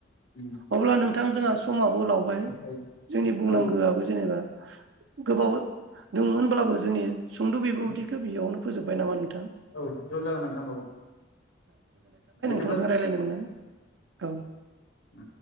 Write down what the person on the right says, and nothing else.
अब्ला नों थां जोंहा समाबो लावबाय
जोंनि बुंनांगौआबो
जेनेबा गोबाव दङमोनबाबो जोंनि सुंद' बिबुंथिखो
बेयावनो फोजोबबाय नामा नोंथा
थोंजों रायलायनो मोननानै औ।